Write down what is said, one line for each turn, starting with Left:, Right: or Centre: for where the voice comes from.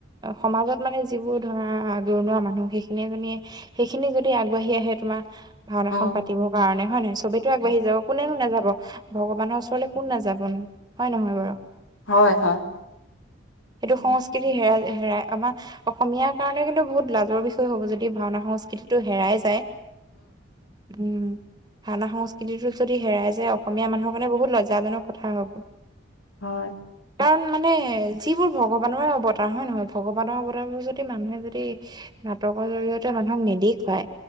Right: সমাজত মানে যিবোৰ ধৰা আগৰণোৱা মানুহ সেইখিনিয়ে সেইখিনি যদি আগবাঢ়ি আহে তোমাৰ ভাওনাখন
Left: অ অ
Right: পাতিবৰ কাৰণে হয় নহয় চবেতো আগবাঢ়ি যাব কোনেনো নাযাব ভগৱানৰ ওচৰলৈ কোন নাযাব। বনো হয় নহয় বাৰু
Left: হয় হয়
Right: সেইটো
Left: উম
Right: সংস্কৃতি হেৰাই হেৰাই আমাৰ অসমীয়াৰ কাৰণে কিন্তু বহুত লাজৰ বিষয় হ'ব যদি ভাওনা সংস্কৃতিটো হেৰাই যায়। উম', ভাওনা সংস্কৃতিটো যদি হেৰাই যায় অসমীয়া মানুহৰ মানে বহুত লজ্জাজননৰ কথা হব।
Left: হয়
Right: কাৰণ মানে যিবোৰ ভগৱানৰে অৱতাৰ হয় নহয়। ভগৱানৰ অৱতাৰ বোৰ যদি মানুহে যদি নাটকৰ জৰিয়তে মানুহক নিদেখুৱায়